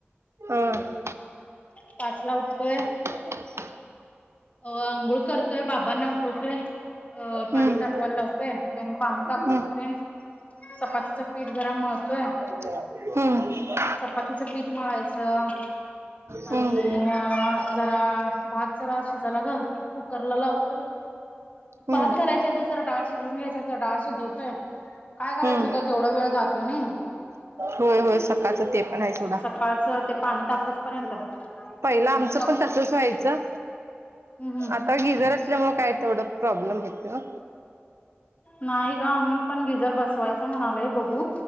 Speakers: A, on the right; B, on the left.
A: अ.
B: पाच ला उठतोय.
A: <inaudible>
B: अ आंघोळ करतोय बाबांना उठवतोय. अ पाणी
A: हम्म
B: तापवायला लावतोय त्यांनी पाणी तापूस
A: हम्म
B: पर्यंत चपातीचं पीठ जरा मळतोय.
A: हंम्म.
B: चपातीचं पीठ मळायचं.
A: हम्म
B: आणि अ जरा भात जरा शिज त्याला घाल कुकर ला लावतोय.
A: हम्म
B: भात घालायच्या आधी जरा डाळ शिजवून घ्यायच असलं तर डाळ शिजवतोय. काय करायचं
A: हम्म
B: ग तेवढा वेळ जातो नाही.
A: होय होय सकाळचं ते पण आहे सोडा
B: सकाळचं ते पाणी तापूस पर्यंत.
A: पहिलं आमचं
B: मग
A: पण तसच व्हायचं.
B: हंम्म. हंम्म.
A: आता गिझर असल्यामुळे काय तेवढं प्रॉब्लेम येतय ओ.
B: नाही ग आम्ही पण गिझर बसवायचं म्हणालोय बघू